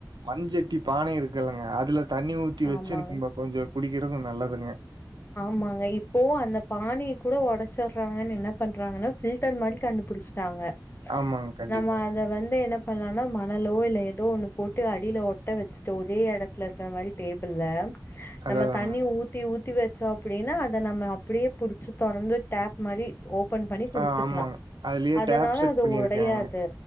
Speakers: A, on the right; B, on the left.
A: மண்சட்டி பானை இருக்குல்லங்க அதுல தண்ணி ஊத்தி வச்சு
B: ஆமாங்க,
A: நம்ப கொஞ்சோ குடிக்கறது நல்லதுங்க
B: ஆமாங்க இப்போவு அந்த பானைய கூட உடைச்சிடுறாங்கன்னு என்ன பண்றாங்கன்னா ஃபில்ட் புத்தர் மாதிரி கண்டுபிடிச்சுட்டாங்க
A: ஆமாங்க, கண்டிப்பாங்க.
B: நம்ம அத வந்து என்ன ப்பலானா மனலோ இல்ல ஏதோ ஒன்னு போட்டு அடியில ஒட்ட வச்சுட்டு ஒரே இடத்துல இருக்குற மாதிரி டேபிள்ல நம்ம
A: அதாதாங்க.
B: தண்ணி
A: ஆமா.
B: ஊத் ஊத்தி ஊத்தி வச்சோ அப்டின்னா அத நம்ம அப்டியே புடிச்சு தொறந்து டேப் மாரி ஓபன் பண்ணி குடிச்சுக்கலா
A: ஆ ஆமாங்க. அதுலயே
B: அதனால
A: டேப் செட்
B: அது
A: பண்ணியிருக்காங்க.
B: ஒடையாது